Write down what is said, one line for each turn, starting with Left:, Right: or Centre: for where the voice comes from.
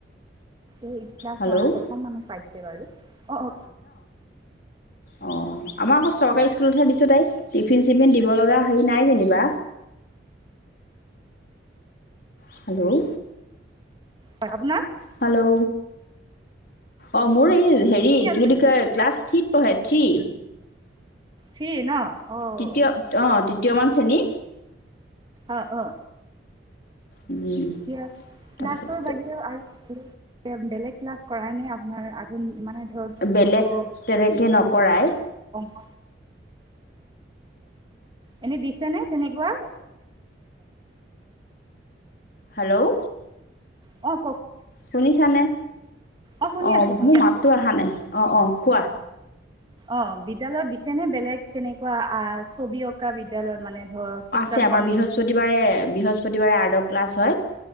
Right: এই এই ক্লাছ
Left: হেল্ল'
Right: ওৱান
Left: অঁ
Right: প্ৰথম মানুহ পাইছে বাৰু অঁ অঁ
Left: অ আমাৰ আকৌ চৰকাৰ
Right: বাৰু
Left: স্কুলতহে দিছো তাইক। টিফিন চিফিন দিব লগা হেৰি নাই যেনিবা হেল্ল'
Right: হয় আপোনাৰ।
Left: হেল্ল' অ মোৰ এই হেৰি
Right: শুনি
Left: কি
Right: আছোঁ
Left: বুলি
Right: দিয়ক
Left: কয় ক্লাছ থ্ৰীিত পঢ়ে থ্ৰী
Right: থ্ৰী ন অঁ
Left: তৃতীয় অঁ তৃতীয়মান চ্ৰেনী
Right: আহ অ
Left: উম,
Right: এয়া
Left: তাৰপাছত
Right: ক্লাছৰ বাহিৰেও আৰু মানে বেলেগ কৰাই নে আপোনাৰ মানে ধৰক
Left: বেলেগ
Right: ত
Left: তেনেকে নকৰাই
Right: অ এনে দিছে নে তেনেকুৱা
Left: হেল্ল'
Right: অ
Left: শুনিছানে
Right: অঁ শুনি
Left: অ
Right: আছোঁ
Left: মোৰ
Right: শুনি
Left: মাতটো
Right: আছোঁ
Left: অহা নাই অ অ কোৱা
Right: অ বিদ্যালয়ত দিছেনে বেলেগ তেনেকুৱা আহ ছবি অঁকা বিদ্যালয়ত মানে ধৰক চিত্ৰাংকন
Left: আছে আমাৰ বৃহস্পতিবাৰে বৃহস্পতিবাৰে আৰ্ট ক্লাছ হয়